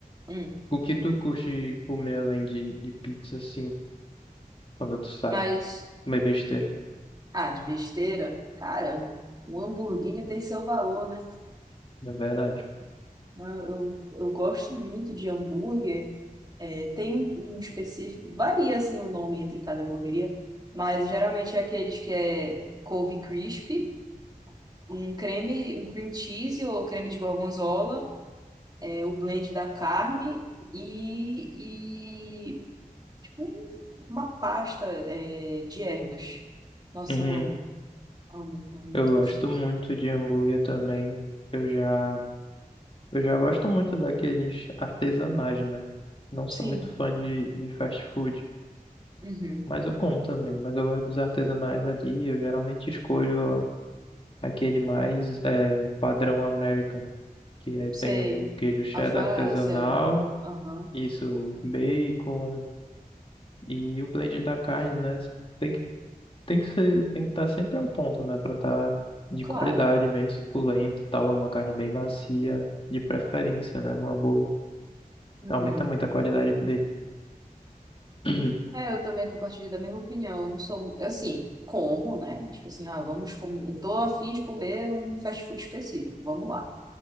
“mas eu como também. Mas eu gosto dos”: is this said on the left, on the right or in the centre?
Left